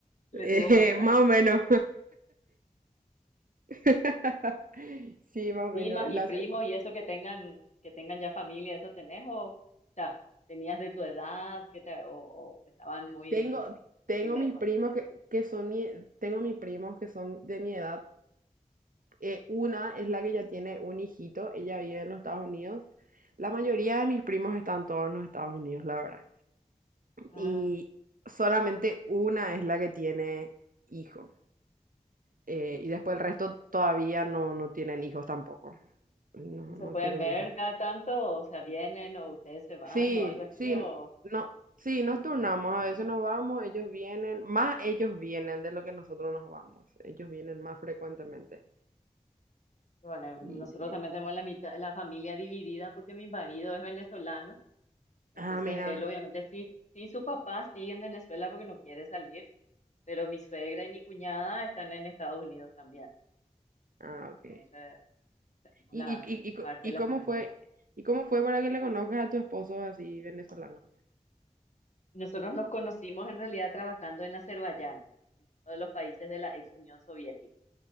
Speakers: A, on the left; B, on the right.
A: le
B: Eh,
A: tuvo más tarde.
B: <laughs> más o menos. <laughs> Sí, más
A: primas
B: o menos.
A: y
B: Las-
A: primos y eso que tengan, que tengan ya familia, ¿eso tenés? O, o sea, tenías de tu edad, que te, o, o estaban muy,
B: tengo, tengo
A: muy lejos.
B: mis primos que, que son mi, tengo mis primos que son de mi edad Eh, una es la que ya tiene un hijito, ella vive en los Estados Unidos. La mayoría de mis primos están todos en los Estados Unidos, la verdad.
A: Ah,
B: Y solamente una es la que tiene hijo. Eh, y después el resto todavía no, no tienen hijos tampoco. No,
A: ¿y se
B: no
A: pueden
B: tienen
A: ver
B: hijos.
A: cada tanto, o sea, vienen, o ustedes se van,
B: Sí,
A: o algo así,
B: sí,
A: o
B: no, sí, nos turnamos, a veces nos vamos, ellos vienen, más ellos vienen de lo que nosotros nos vamos, ellos vienen más frecuentemente.
A: bueno, nosotros
B: Y, y-
A: también tenemos la mitad, la familia dividida porque mi marido es venezolano, entonces
B: ah, mira,
A: él obviamente sí, sí su papá sigue en Venezuela porque no quiere salir, pero mi suegra y mi cuñada están en Estados Unidos también.
B: ah, ok.
A: Entonces, tenemos
B: ¿Y,
A: la
B: y, y, y, co-
A: parte
B: y
A: de la
B: cómo
A: familia.
B: fue, y cómo fue para que le conozcas a tu esposo así venezolano?
A: Nosotros nos conocimos en realidad trabajando en Azerbaiyán, en uno de los países de la ex Unión Soviética.